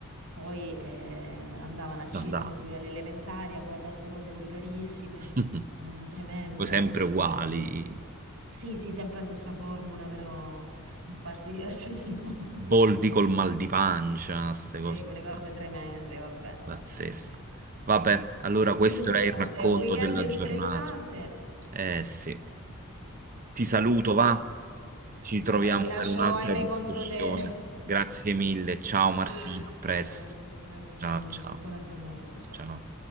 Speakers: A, on the right; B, on the right.
A: poi eh, andavano al cinema
B: non andavo.
A: pure all'elementare a guardare queste cose volgarissime,
B: <laughs>
A: eh, tremende,
B: Poi sempre
A: insomma.
B: uguali,
A: Sì, sì, sempre la stessa formula, però in parti <laughs> diverse del mondo.
B: boldi col mal di pancia, queste
A: Sì,
B: cose
A: quelle cose
B: qua.
A: tremende, vabbè.
B: Pazzesco.
A: Quindi,
B: Vabbè,
A: vabbè.
B: allora questo
A: Quindi
B: era
A: niente,
B: il racconto
A: weekend
B: della
A: interessante.
B: giornata. Eh sì, ti saluto,
A: Ti scu-
B: va? Ci
A: Vabbè,
B: troviamo
A: ti lascio
B: per un'altra
A: ahimè
B: discussione.
A: contro te.
B: Grazie mille, ciao Martina,
A: <laughs>
B: a presto.
A: Ciao Giuseppe,
B: Ciao,
A: buon
B: ciao,
A: gio- buona giornata, ciao ciao.
B: ciao.